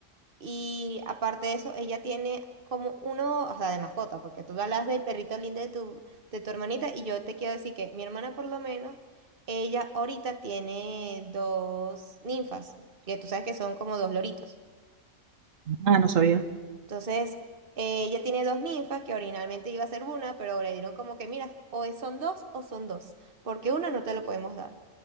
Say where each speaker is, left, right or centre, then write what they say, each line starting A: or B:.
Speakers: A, on the right; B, on the right.
A: y aparte de eso, ella tiene como uno, o sea, de mascota, porque tú hablas del perrito lindo de tu, de tu hermanita y yo te quiero decir que mi hermana por lo menos, ella ahorita tiene dos ninfas, que tú sabes que son como dos loritos.
B: <laughs> Ah, no sabía.
A: Entonces, eh, ella tiene dos ninfas, que originalmente iba a ser una, pero le dieron como que, mira, o es- son dos o son dos, porque una no te lo podemos dar.